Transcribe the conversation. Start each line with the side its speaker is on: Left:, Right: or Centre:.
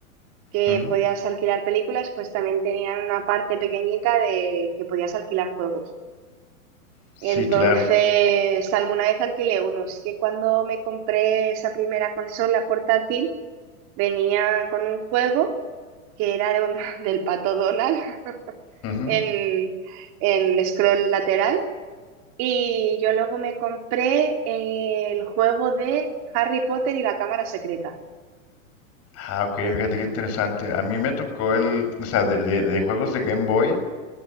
Right: que
Left: Ujú.
Right: podías alquilar películas, pues también tenían una parte pequeñita de que podías alquilar juegos.
Left: Sí,
Right: Entonces,
Left: claro.
Right: alguna vez alquilé uno. Así que cuando me compré esa primera consola portátil, venía con un juego que era de un- <laughs> del Pato Donald <laughs>
Left: Ujú.
Right: en, en scroll lateral. Y yo luego me compré eh, el juego de Harry Potter y la Cámara Secreta.
Left: Ah, ok, fíjate qué interesante. A mí me tocó el, o sea, de, de- de juegos de Game Boy,